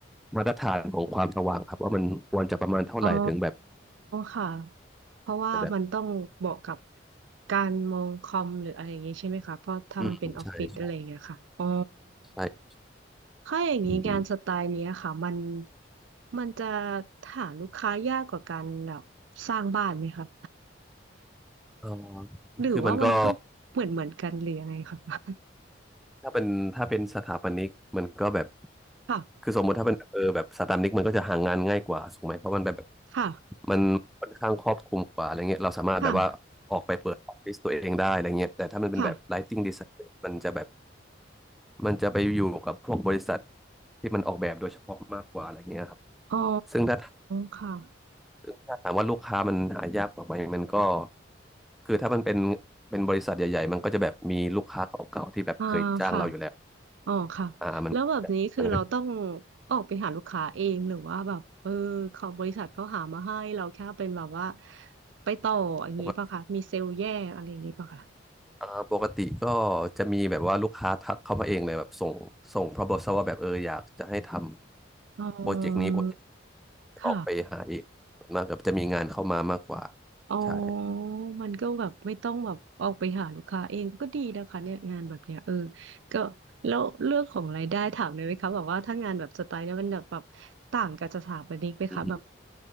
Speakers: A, in the centre; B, on the right.
A: มาตรฐานของความสว่างครับว่ามันควรจะประมาณเท่าไหร่ถึงแบบ
B: อ๋อค่ะเพราะว่ามันต้องเหมาะกับ
A: จะแบบ
B: การมองคอมหรืออะไรอย่างงี้ใช่ไหมคะเพราะถ้ามันเป็นออฟฟิศอะไรอย่างเงี้ยค่ะอ๋อ
A: อืมใช่ใช่ใช่
B: ถ้าอย่างนี้งานสไตล์เนี้ยค่ะมัน
A: อืม
B: มันจะหาลูกค้ายากกว่าการแบบสร้างบ้านไหมคะ
A: เออ
B: <laughs> หรือว่ามันก็เหมือนเหมือนกันหรือยังไงคะ
A: คือมันก็
B: <laughs>
A: ถ้าเป็นถ้าเป็นสถาปนิกมันก็แบบ
B: ค่ะ
A: คือสมมติถ้าเป็นแบบเออแบบสถาปนิกมันก็จะหางานง่ายกว่าถูกไหมเพราะมันแบบแบบ
B: ค่ะ
A: มันค่อนข้างครอบคลุมกว่าอะไรเงี้ยเราสามารถแบบว่าออกไปเปิดออฟฟิศตัวเองได้อะไรเงี้ยแต่ถ้ามันเป็นแบบ
B: ค่ะค่ะ
A: lighting design มันจะแบบมันจะไปอยู่กับพวกบริษัทที่มันออกแบบโดยเฉพาะมากกว่าอะไรเงี้ยครับ
B: อ๋อ
A: ซึ่งถ้า
B: ค่ะ
A: ซึ่งถ้าถามว่าลูกค้ามันหายากกว่าไหมมันก็คือถ้ามันเป็นเป็นบริษัทใหญ่ๆมันก็จะแบบมีลูกค้าเก่าๆที่แบบเคยจ้างเราอยู่แล้ว
B: อ่าค่ะ อ๋อค่ะแล้วแบบนี้คือเราต้อง
A: อ่ามันมันก็
B: ออกไปหาลูกค้าเองหรือว่าแบบเออเขาบริษัทเขาหามาให้เราแค่เป็นแบบว่าไปต่ออย่างนี้ป่ะคะมีเซลล์แยกอะไรอย่างนี้ป่ะคะ
A: <laughs> ปกติอ่าปกติก็จะมีแบบว่าลูกค้าทักเข้ามาเองเลยแบบส่งส่ง proposal ว่าแบบเอออยากจะให้ทำโปรเจกต์นี้โปรเจกต์
B: อ๋อค่ะ
A: ออกไปหาเองส่วนมากกับจะมีงานเข้ามามากกว่า
B: อ๋อ
A: ใช่
B: มันก็แบบไม่ต้องแบบออกไปหาลูกค้าเองก็ดีนะคะเนี่ยงานแบบเนี้ยเออก็แล้วเรื่องของรายได้ถามเลยไหมคะแบบว่าถ้างานแบบสไตล์เนี้ยมันแบบแบบต่างกับสถาปนิกไหมคะแบบ
A: อืม